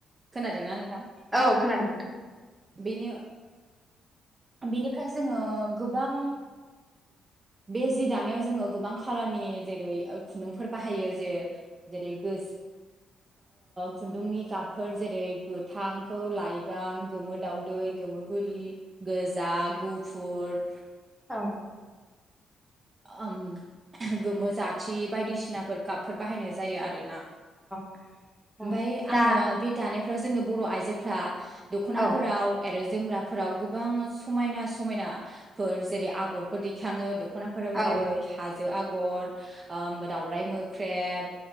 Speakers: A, on the right (about 30°); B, in the centre.
A: खोनादोंना नोंथां
B: औ खोनादों नोंथां
A: बिनि बेनिफ्राय जोङो गोबां बे जि दानाय जोङो गोबां खालारनि जेरै खुन्दुंफोर बाहायो जे जेरै गो खुन्दुंनि गाबफोर जेरै गोथांखौ लाइगां गोमो दावदै गोमो बुरि गोजा गुफुर
B: औ
A: आं गोमो जाथि बायदिसिनाफोर गाबपशफोर बाहायनाय जायो आरोना
B: <inaudible>
A: ओमफाय
B: दा
A: आङो बे दानायफ्राव जोंनि बर' आइजोफ्रा दखनाफोराव
B: औ
A: आरो जोमग्राफोराव गोबां समायना समायनाफोर जेरै आगरफोर दैखाङो दख'नाफोराव
B: औ
A: जेरै हाजो आगर आगर दावराइ मोख्रेब